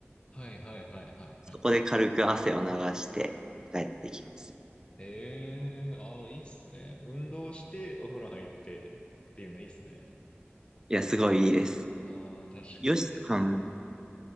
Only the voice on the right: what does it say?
そこで軽く汗を流して帰ってきます。
いや、すごいいいです。
よしさん、